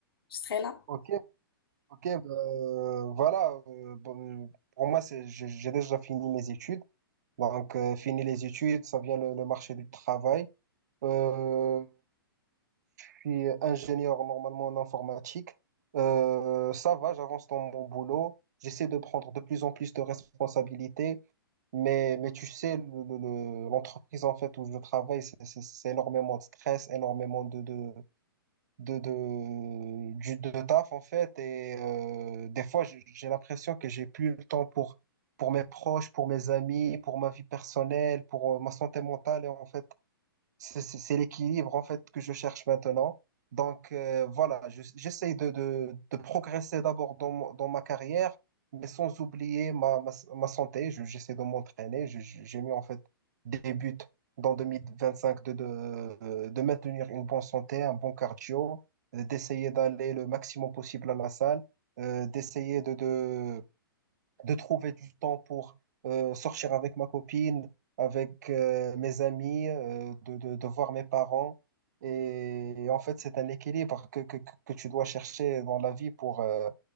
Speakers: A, on the left; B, on the right.
A: je serai là.
B: ok, ok. ben, voilà. euh, bon, pour moi, c'est, j'ai j'ai déjà fini mes études. Donc, euh, fini les études, ça vient le, le marché du travail. Euh, suis ingénieur normalement en informatique. Euh, ça va, j'avance dans mon boulot. J'essaie de prendre de plus en plus de responsabilités. Mais, mais tu sais, le- le- le- l'entreprise en fait où je travaille, c'est c'est- c'est énormément de stress, énormément de, de, de, de, du- de taf en fait. Et euh, des fois, j'ai j'ai l'impression que j'ai plus le temps pour, pour mes proches, pour mes amis, pour ma vie personnelle, pour euh, ma santé mentale. Et en fait, c'est c'est- c'est l'équilibre en fait que je cherche maintenant. Donc euh, voilà, je- j'essaie de, de, de progresser d'abord dans, mon- dans ma carrière, mais sans oublier ma, ma, ma santé. Je- J'essaie de m'entraîner. Je- je- J'ai mis en fait des buts dans 2025 de, de, de maintenir une bonne santé, un bon cardio, euh, d'essayer d'aller le maximum possible à la salle, euh, d'essayer de, de, de trouver du temps pour euh, sortir avec ma copine, avec euh, mes amis, euh, de, de, de voir mes parents. Et, et en fait, c'est un équilibre que, que, que que tu dois chercher dans la vie pour, euh,